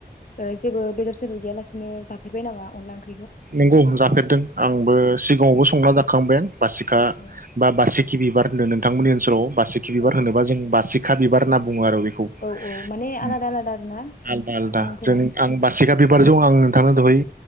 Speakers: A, on the left; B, on the right.
A: ओ जेबो बेदर सेदर गैयालासिनो जाफेरबाय नामा अनला ओं
B: नंगौ जाफेरदों आंबो सि गाङावबो संना जाखांबाय। बासिखा
A: औ औ
B: बा बासिखि बिबार होनदों नोंथांमोननि ओनसोलाव बासिखि बिबार
A: औ
B: होनोबा जों बासि खा बिबार होनना बुङो आरो बे खौ उम
A: औ औ माने आलादा आलादा आरोना
B: आलदा आलदा
A: मुंफोरा
B: जों आं बासिगा बिबारजों आं नोंथांनो दहै